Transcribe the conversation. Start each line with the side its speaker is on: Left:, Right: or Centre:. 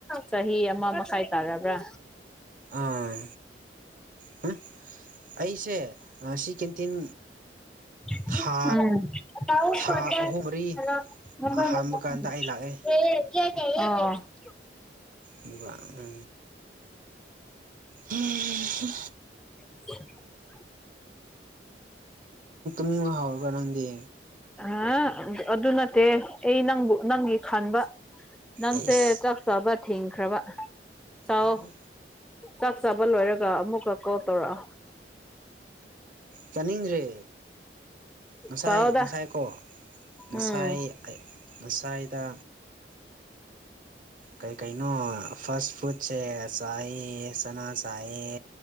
Centre: ꯆꯍꯤ ꯑꯃ ꯃꯈꯥꯏ ꯇꯥꯔꯕ꯭ꯔꯥ
Right: ꯑꯥ ꯍꯥ ꯑꯩꯁꯦ ꯁꯤ ꯀꯦꯟꯇꯤꯟ
Centre: ꯇ
Right: ꯊꯥ ꯊꯥ
Centre: ꯀ
Right: ꯑꯍꯨꯝ ꯃꯔꯤ ꯑꯍꯥꯟꯕ ꯀꯥꯟꯗ ꯑꯩ
Centre: ꯀ
Right: ꯂꯥꯛꯑꯦ ꯑꯗꯨꯒ ꯎ ꯎ
Centre: <unintelligible>
Right: ꯃꯤ ꯍꯥꯎꯔ ꯀ ꯅꯗꯤ
Centre: ꯍꯥ ꯑꯗꯨ ꯅꯠꯇꯦ ꯑꯩ ꯅꯪꯕꯨ ꯅꯪꯒꯤ ꯈꯟꯕ ꯅꯪꯁꯦ
Right: ꯑꯩꯁ
Centre: ꯆꯥꯛ ꯆꯥꯕ ꯊꯤꯡꯈ꯭ꯔꯕ ꯆꯥꯎ
Right: ꯎꯝ
Centre: ꯆꯥꯛ ꯆꯥꯕ ꯂꯣꯏꯔꯒ ꯑꯃꯨꯛꯀ ꯀꯣꯜ ꯇꯧꯔꯛꯑꯣ
Right: ꯇꯥꯅꯤꯡ꯭ꯔ ꯉꯁꯥꯏ
Centre: ꯆꯥꯎꯗ
Right: ꯉꯁꯥꯏ ꯀꯣ ꯉꯁꯥꯏ
Centre: ꯎꯝ
Right: ꯉꯁꯥꯏꯗ ꯀꯩ ꯀꯩꯅꯣ ꯐꯥꯁ ꯐꯨꯗꯁꯦ ꯆꯥꯏꯑ ꯆꯅꯥ ꯆꯥꯏꯑ